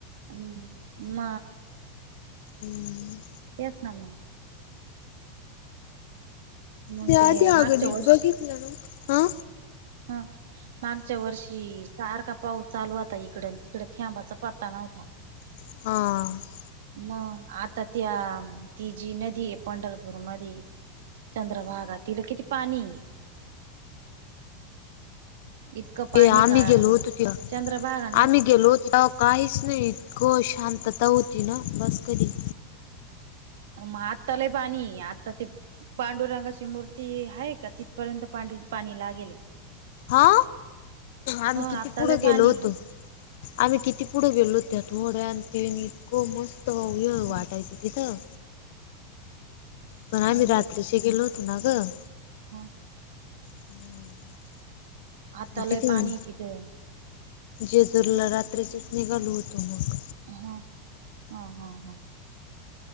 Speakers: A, on the right; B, on the left.
A: हम, म.
B: हम्.
A: तेच ना मग. मग
B: मी
A: ते
B: आधी अगदित
A: मागच्या वर्षी
B: बघितलं ना? हा
A: ह, मागच्या वर्षी सारखा पाऊस चालू होता इकड, आणि तिकड थेबाचा पत्ता नव्हता.
B: हा.
A: मग, आता त्या ती जी नदी आहे पंढरपूर मध्ये. चंद्रभागा तिला किती पाणी? इतकं पाणी
B: ते आम्ही
A: का
B: गेलो होतो तेव्हा,
A: चंद्रभागा न
B: आम्ही गेलो होतो त्या काहीच नाही, इतकं शांतता होती ना बस कधी
A: म आत्ता लई पाणी, आता ते पांडुरंगाची मूर्ती आहे का, तिथपर्यंत पाणी लागेले.
B: हा, आम्ही किती
A: आता
B: पुढ
A: लय पाणी
B: गेलो होतो. आम्ही किती पुढे गेलो होतो, त्यात थोड्या आणि ते इतको मस्त य
A: हा
B: वाटायचं तिथं, पण
A: नाही
B: आम्ही रात्रीचे गेलो होत ना गं.
A: हा.
B: हम्म.
A: आता
B: मग
A: लय
B: तिथून,
A: पाणी तिथं
B: जेजूरीला रात्रीचेच निघालो होतो मग.
A: हा, हा, हा, हा.